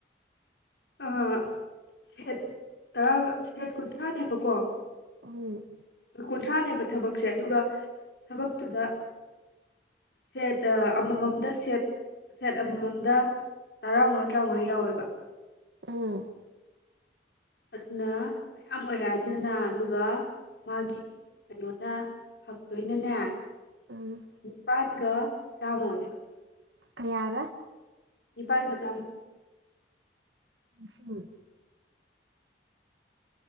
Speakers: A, on the left; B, on the right.
A: ꯑꯥ ꯁꯦꯠ ꯇꯔꯥ ꯁꯦꯠ ꯀꯨꯟꯊ꯭ꯔꯥꯅꯦꯕꯀꯣ
B: ꯎꯝ
A: ꯀꯨꯟꯊ꯭ꯔꯥꯅꯦꯕ ꯊꯕꯛꯁꯦ ꯑꯗꯨꯒ ꯊꯕꯛꯇꯨꯗ ꯁꯦꯠ ꯑꯃꯃꯝꯗ ꯁꯦꯠ ꯁꯦꯠ ꯑꯃꯃꯝꯗ ꯇꯔꯥꯃꯉꯥ ꯇꯔꯥꯃꯉꯥ ꯌꯥꯎꯋꯦꯕ
B: ꯎꯝ
A: ꯑꯗꯨꯅ ꯃꯌꯥꯝ ꯑꯣꯏꯔꯛꯑꯅꯤꯗꯅ ꯑꯗꯨꯒ ꯃꯥꯒꯤ ꯀꯩꯅꯣꯅ ꯐꯪꯗꯣꯏꯅꯅꯦ
B: ꯎꯝ
A: ꯅꯤꯄꯥꯥꯟꯒ ꯆꯥꯝꯃ ꯑꯣꯏꯗꯣꯏꯕ
B: ꯀꯌꯥꯔ
A: ꯅꯤꯄꯥꯟ ꯒ ꯆꯥꯃ
B: ꯂꯤꯁꯤꯡ